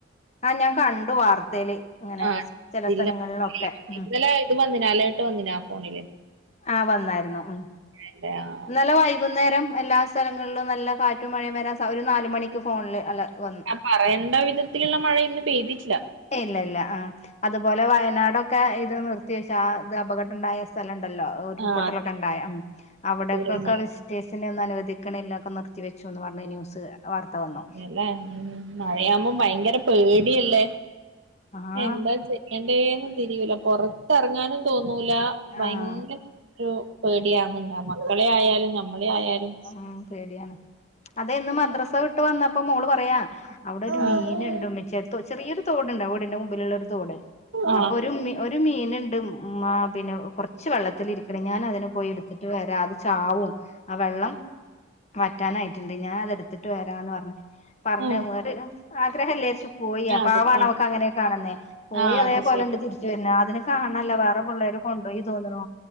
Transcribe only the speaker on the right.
ആഹ്
ജില്ല
ഇന്നലെ ഇത് വന്നിനാ അലേർട്ട് വന്നിനാ ഫോണില്?
ഇതന്നെ ആഹ്.
പറയണ്ട വിധത്തിലുള്ള മഴ ഇന്ന് പെയ്തിട്ടില്ല.
ആഹ്
ചൂരൽമല
അതെലേ ഉം മഴയാവുമ്പം
ഭയങ്കര പേടിയല്ലേ
എന്താ ചെ എന്തേന്ന് തിരിയൂല പൊറത്തെറങ്ങാനും തോന്നൂല ഭയങ്കര
ഒരു പേടിയാന്ന്ണ്ടാ മക്കളെ ആയാലും നമ്മളെ ആയാലും
ആഹ്
ആഹ് ആഹ്
ആഹ്
അതിപ്പണ്ട്
ആഹ്
അത് ശരി